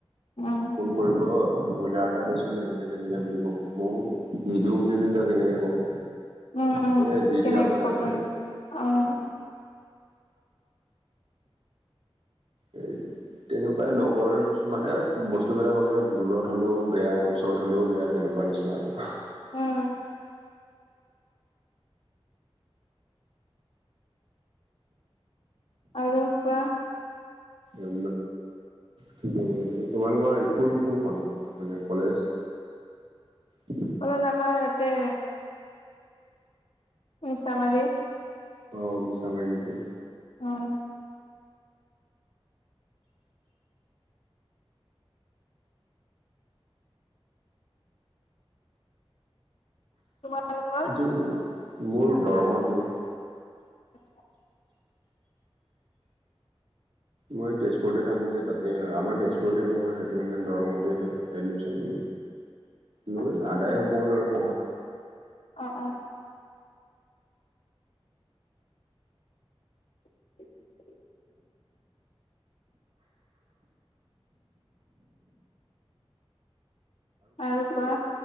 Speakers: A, on the left; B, on the right.
A: উম,
B: ফোন কৰিব বইলাৰ। তাতেচোন তেনেকে তেনেকে বুলি ক'ব মই নিদিও বুলি নো তাক কেনেকে ক'ম।
A: উম উম
B: সেয়াই দি
A: কেনেকে
B: দিয়া হয়
A: কবি
B: আৰু তেনেকে
A: উম।
B: এ তেনেকুৱাই লগ বৰ মানে বস্তুবিলাক হ'লে দূৰত হলেও বেয়া ওচৰত হলেও বেয়া তেনেকুৱা নিচিনা আৰু
A: উম আৰু কোৱা।
B: উ কি ক তোমালোকৰ স্কুল কোনখন মান কলেজ <unintelligible>
A: কলে আমাৰ ইয়াতে মিছামাৰি
B: অ মিছামাৰি নেকি
A: অ তোমালোকৰ
B: আজি ক মোৰ দৰঙত মোৰ
A: আ
B: মই তেজপুৰতে থাকো যে তাতে আমাৰ তেজপুৰতে ঘৰ সেইটো কাৰণে দৰঙতে এডমিশনো লৈ
A: আচ্ছা
B: আদায় হ'ব হ'ল আৰু পঢ়া
A: অ <inaudible> আৰু কোৱা